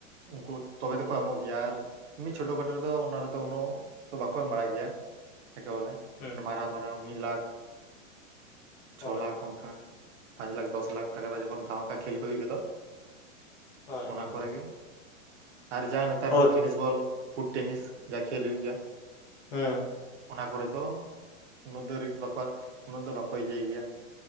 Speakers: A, on the right; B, on the left.
A: ᱩᱱᱠᱩ ᱛᱚᱵᱮ ᱫᱚᱠᱚ ᱮᱢᱚᱜ ᱜᱮᱭᱟ ᱟᱨ ᱮᱢᱱᱤ ᱪᱷᱳᱴᱳ ᱠᱷᱟᱴᱳ ᱨᱮᱫᱚ ᱚᱱᱟ ᱨᱮᱫᱚ ᱩᱱᱟᱹᱜ ᱛᱚ ᱵᱟᱠᱚ ᱮᱢ ᱵᱟᱲᱟᱜ ᱜᱮᱭᱟ᱾ ᱮᱠᱮ ᱵᱚᱞᱮ
B: ᱦᱩᱸ
A: ᱢᱟᱨᱟᱝ ᱢᱟᱨᱟᱝ ᱢᱤᱫ ᱞᱟᱠᱷ
B: ᱦᱳᱭ
A: ᱪᱷᱚᱞᱟᱠᱷ ᱚᱱᱠᱟ, ᱯᱟᱸᱪ ᱞᱟᱠᱷ ᱫᱚᱥ ᱞᱟᱠᱷ ᱴᱟᱠᱟ ᱡᱚᱠᱷᱚᱱ ᱫᱷᱟᱢᱟᱠᱟ ᱠᱷᱮᱞ ᱠᱚ ᱦᱩᱭᱩᱜ ᱜᱮ ᱫᱚ
B: ᱦᱳᱭ
A: ᱚᱱᱟ
B: ᱦᱳᱭ
A: ᱠᱚᱨᱮᱜᱮ, ᱟᱨ ᱡᱟᱦᱟᱸ ᱱᱮᱛᱟᱨ
B: ᱦᱳᱭ
A: ᱱᱚᱝ ᱴᱮᱱᱤᱥ ᱵᱚᱞ ᱯᱷᱩᱴ ᱴᱮᱱᱤᱥ ᱡᱟ ᱠᱷᱮᱞ ᱦᱩᱭᱩᱜ ᱜᱮᱭᱟ᱾
B: ᱦᱩᱸ᱾
A: ᱚᱱᱟ ᱠᱚᱨᱮ ᱫᱚ, ᱩᱱᱟᱹᱜ ᱫᱚ ᱨᱤᱠ ᱵᱟᱠᱚ ᱩᱱᱟᱹᱜ ᱫᱚ ᱵᱟᱠᱚ ᱤᱭᱟᱹᱤᱭ ᱜᱮᱭᱟ᱾